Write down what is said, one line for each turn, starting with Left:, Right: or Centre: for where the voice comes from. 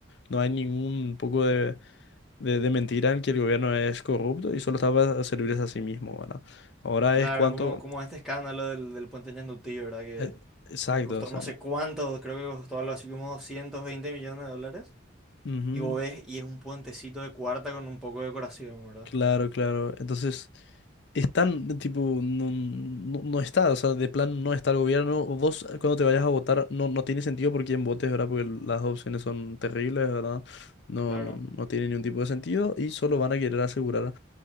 Left: no hay ningún poco de, de, de mentira en que el gobierno es corrupto y solo está para servirse a sí mismo, ¿verdad? Ahora
Centre: Claro,
Left: es cuánto...
Centre: como, como este escándalo del, del puente Ñandutí, ¿verdad? Que,
Left: eh, Exacto,
Centre: que costó
Left: o sea.
Centre: no sé cuánto, creo que costó algo así como 220 millones de dólares.
Left: ujú.
Centre: Y vos ves, y es un puentecito de cuarta con un poco de decoración, ¿verdad?
Left: Claro, claro. Entonces, están, tipo, no, no, no está, o sea, de plan no está el gobierno. Vos eh, cuando te vayas a votar, no, no tiene sentido por quién votes, ¿verdad? Porque las opciones son terribles, ¿verdad? No,
Centre: Claro,
Left: no, no tiene ningún tipo de sentido y solo van a querer asegurar